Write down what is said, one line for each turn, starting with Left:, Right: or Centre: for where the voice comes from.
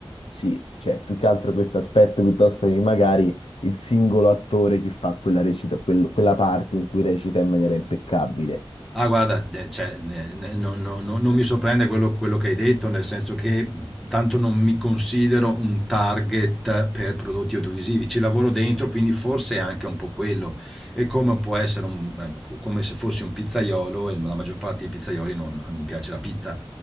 Left: sì, cioè più che altro questo aspetto piuttosto che magari il singolo attore che fa quella recita, quel- quella parte in cui recita in maniera impeccabile.
Centre: Ah guarda, de cioè, ne ne non non non non mi sorprende quello quello che hai detto, nel senso che, mhmm, tanto non mi considero un target per prodotti audiovisivi. Ci lavoro dentro, quindi forse è anche un po' quello e come può essere un- eh, come se fossi un pizzaiolo e la maggior parte dei pizzaioli non, non piace la pizza.